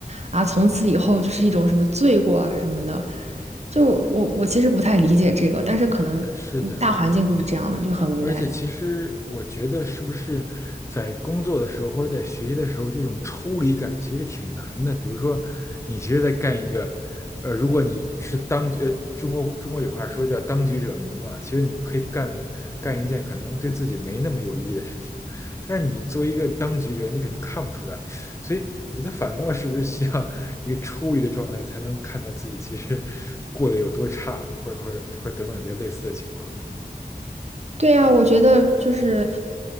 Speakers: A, on the right; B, on the left.
A: 啊，从此以后就是一种什么罪过啊什么的。就我我其实不太理解这个，但是可能
B: 呃，是的。
A: 大环境就是这样的，就很无奈。
B: 而且，其实我觉得，是不是在工作的时候或者在学习的时候，这种抽离感其实挺难的。比如说，你其实在干一个，呃，如果你是当局，呃中国中国有话说叫“当局者迷”嘛，其实你可以干的干一件可能对自己没那么有意义的事情，但是你作为一个当局者，你可能看不出来。所以，我觉得反倒是不是需要一个抽离的状态，才能看到自己其实过得有多差，或者或者或者等等这类似的情况。
A: 对呀，我觉得就是，